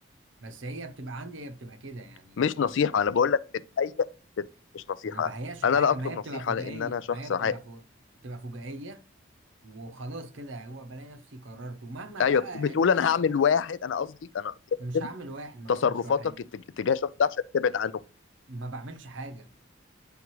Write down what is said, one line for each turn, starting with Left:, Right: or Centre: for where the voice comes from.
Right: بس هي بتبقى عندي هي بتبقى كده يعني
Left: مش نصيحة
Right: آه،
Left: انا بقول لك بتهيئ بت- مش نصيحة
Right: ما بهياش حاجه
Left: انا لا اطلب
Right: ما هي
Left: نصيحة
Right: بتبقى فجائيه
Left: لان انا شخص
Right: ما هي بتبقى
Left: عاقل
Right: فوق بتبقى فجائيه وخلاص كده هو بلاقي نفسي قررت ومهما
Left: ايوه
Right: بقى
Left: بتقول
Right: يعني ممكن
Left: انا
Right: يبقى
Left: هعمل واحد انا قصدي انا قصدي يا
Right: مش
Left: فندم
Right: هعمل واحد ما
Left: تصرفاتك
Right: بعملش واحد
Left: اتج- اتجاه الشخص ده عشان تبعد عنه
Right: ما بعملش حاجه